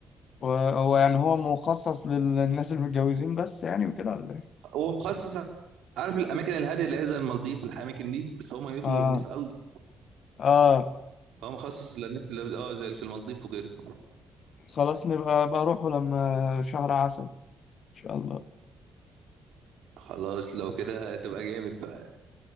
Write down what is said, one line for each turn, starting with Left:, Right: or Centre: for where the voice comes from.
Left: وهو يعني هو مخصص للناس المتجوزين بس يعني وكده ولا ايه؟
Right: هو مخصص عارف الاماكن الهاديه اللي هي زي المالديف الاماكن دي بس هو ميته
Left: اه
Right: نضيف قوي
Left: اه
Right: فهو مخصص للناس اللي اه زي اللي في المالديف وكده
Left: خلاص نبقى بروحه لما شهر عسل ان شاء الله
Right: خلاص لو كده هتبقى جامد بقى